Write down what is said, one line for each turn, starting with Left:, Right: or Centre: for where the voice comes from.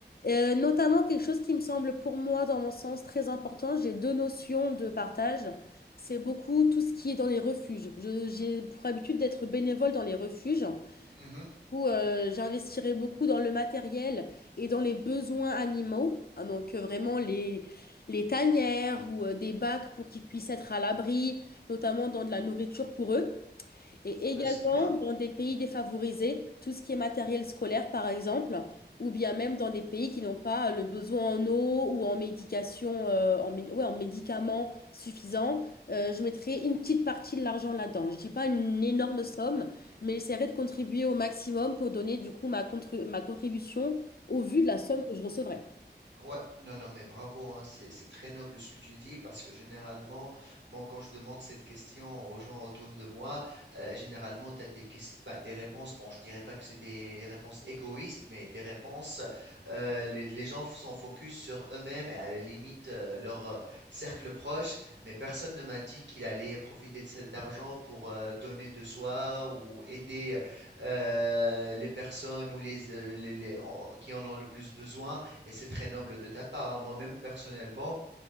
Left: Euh, notamment quelque chose qui me semble pour moi, dans mon sens, très important, j'ai deux notions de partage. C'est beaucoup tout ce qui est dans les refuges. Je- j'ai pour habitude d'être bénévole dans les refuges
Right: Mhm.
Left: où euh, j'investirai beaucoup dans le matériel et dans les besoins animaux. Ah, donc euh, vraiment les, les tanières ou euh, des bacs pour qu'ils puissent être à l'abri, notamment dans de la nourriture pour eux. Et
Right: Ah bah,
Left: également
Right: c'est bien.
Left: dans des pays défavorisés, tout ce qui est matériel scolaire, par exemple, ou bien même dans des pays qui n'ont pas le besoin en eau ou en médication, euh, en, mé- ouais, en médicaments suffisants, euh, je mettrai une petite partie de l'argent là-dedans. Je dis pas une énorme somme, mais j'essaierai de contribuer au maximum pour donner du coup ma, contru- ma contribution au vu de la somme que je recevrai.
Right: Ouais, non, non, mais bravo, hein, c'est, c'est très noble ce que tu dis parce que généralement, moi, quand je demande cette question aux gens autour de moi, euh, généralement, tu as des, ques- bah, des réponses, bon, je dirais pas que c'est des réponses égoïstes, mais des réponses, euh, les, les gens f- sont focus sur eux-mêmes et à la limite euh, leur euh, cercle proche, mais personne ne m'a dit qu'il allait profiter de cet argent pour euh, donner de soi ou aider euh, les personnes ou les, euh, les- les- en- qui en ont le plus besoin. Et c'est très noble de ta part. hein. Moi-même, personnellement,